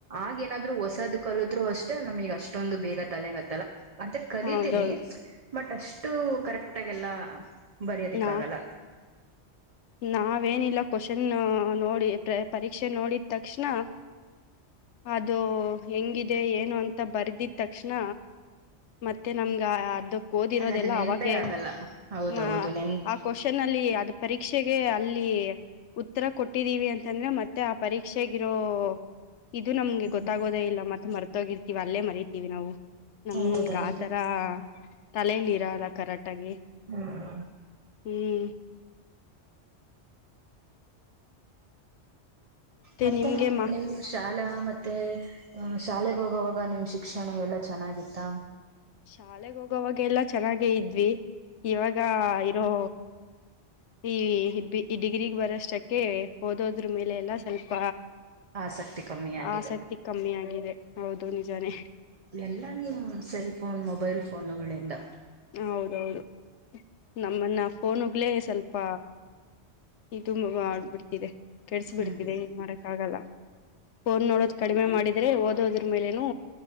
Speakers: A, on the right; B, on the left.
A: ಆಗೇನಾದ್ರು ಹೊಸಾದ ಕಲುತೃ ಅಷ್ಟೇ ನಮಗ್ ಅಷ್ಟೊಂದು ಬೇಗ ತಲೆಗತ್ತಲ್ಲ ಮತ್ತೆ <unintelligible> ಕಲಿತೀನಿ
B: ಹೌದೌದು
A: ಬಟ್ ಅಷ್ಟು ಕರೆಕ್ಟ್ ಆಗೆಲ್ಲ ಬರಿಯೋದಿಕ್ಕ
B: ನಾ
A: ಆಗಲ್ಲ
B: ನಾವೇನಿಲ್ಲ ಕ್ವನ್ ನೋಡ್ <unintelligible> ಪರೀಕ್ಷೆ ನೋಡಿ ತಕ್ಷಣ ಅದು ಹೆಂಗಿದೆ ಏನು ಅಂತ ಬರ್ದಿದ ತಕ್ಷಣ ಮತ್ತೆ ನಮ್ಗ ಅದು ಓದಿರೋದೆಲ್ಲ
A: ಅದ ಅದು ನೆನ್ಪೇ
B: ಅವಾಗೆ
A: ಆಗಲ್ಲ ಹೌದೌದು
B: ಮ
A: ನೆನ್ಪ
B: ಅ ಕ್ವೆಶ್ಚನ್ ಅಲ್ಲಿ ಅದ ಪರೀಕ್ಷ ಪರೀಕ್ಷೆಗೆ ಅಲ್ಲಿ ಉತ್ತರ ಕೊಟ್ಟಿದ್ದೀವಿ ಅಂತಂದ್ರೆ ಮತ್ತೆ ಆ ಪರೀಕ್ಷೆಗಿರೋ ಇದು ನಮ್ಗೆ
A: ಹ್ಮ್
B: ಗೊತ್ತಾಗೋದೇ ಇಲ್ಲ ಮತ್ತೆ ಮರ್ತೋಗಿರ್ತೀವಿ ಅಲ್ಲೇ ಮರತೀವಿ ನಾವು ನಮ್ಗ್
A: ಹೌದೌದು
B: ಆತರ ತಲೆಲಿ ಇರಲ್ಲ ಕರೆಕ್ಟ್ ಆಗಿ
A: ಹ್ಮ್
B: ಹ್ಮ್
A: ಮತ್ತೆ
B: ನಿಮ್ಗೆ ಮಾ
A: ನಿಮ್ ಶಾಲಾ ಮತ್ತೆ ಶಾಲೆೆಗೆ ಹೋಗೋವಾಗ ನಿಮ್ ಶಿಕ್ಷಣ ಎಲ್ಲಾ ಚೆನ್ನಾಗಿತ್ತ
B: ಶಾಲೆೆಗೆ ಹೋಗೋವಾಗೆಲ್ಲ ಚೆನ್ನಾಗೆ ಇದ್ವಿ ಇವಾಗ ಇರೋ ಈ ಈ ಡಿಗ್ರಿಗ್ ಬರಷ್ಟಕ್ಕೆ ಓದೋದ್ರ ಮೇಲೆ ಎಲ್ಲ ಸ್ವಲ್ಪ
A: ಆಸಕ್ತಿ ಕಮ್ಮಿ ಆಗಾಗಿದೆ
B: ಆಸಕ್ತಿ ಕಮ್ಮಿ ಆಗಿದೆ ಹೌದು ನಿಜಾನೇ
A: ಎಲ್ಲ ನೀ ಸೆಲ್ಫೋನ್ ಮೊಬೈಲ್ ಫೋನುಗಳಿಂದ
B: ಹೌದೌದು ನಮ್ಮನ್ನ ಪನುಕ್ಲೇ ಸ್ವಲ್ಪ ಇದು ಆಬಿಡ್ತಿದೆ ಕೆಡಸಿ
A: ಹ್ಮ್
B: ಬಿಡ್ತಿದೆ ಏನ್ ಮಾಡಕ್ ಆಾಗಲ್ಲ ಫೋನ್ ನೋಡೋದು ಕಡಿಮೆ ಮಾಡಿದ ಆದ್ರೆ ಓದೋದ್ರ ಮೇಲೆೇನು